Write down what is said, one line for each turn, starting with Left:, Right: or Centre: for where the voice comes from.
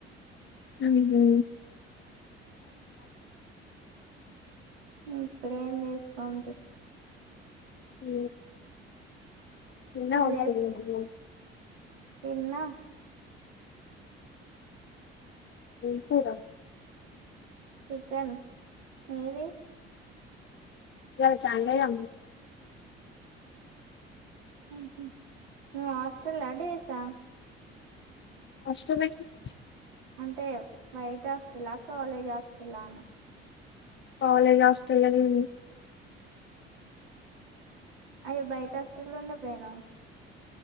Left: అయ్యో
Right: ఇప్పుడేం చేసుకోన్తీ.
Left: ఉ ఎన్న ఉన్నా
Right: చేసు తిన్నా
Left: ఏం కూర
Right: చికెన్ మీది
Left: ఇలా సండేగా
Right: ఉహూ మాస్ ష్టల్ అ డేసా
Left: హాస్టలా డేసా
Right: అంటే బైట హాస్టలా కాలేజ్ హాస్టలా అని
Left: కాలేజ్ హాస్టల్లనే
Right: అయ్యా బయట హస్టల్లుండ పోయనవ్.